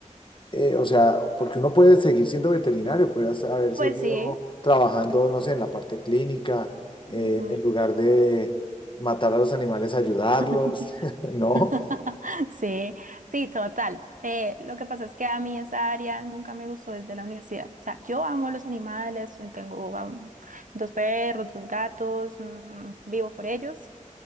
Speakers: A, on the left (about 40°); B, on the right (about 75°).
A: eh, o sea, porque uno puede seguir siendo veterinario, puedes haber
B: pues
A: seguido
B: sí.
A: trabajando, no sé, en la parte clínica,
B: ujú.
A: eh, en lugar de matar a los animales, ayudarlos,
B: <laughs>
A: <laughs> ¿no?
B: <laughs> Sí, sí, total. Eh, lo que pasa es que a mí esa área nunca me gustó desde la universidad. O sea, yo amo los animales, eh, tengo am, dos perros, dos gatos, mm, vivo por ellos,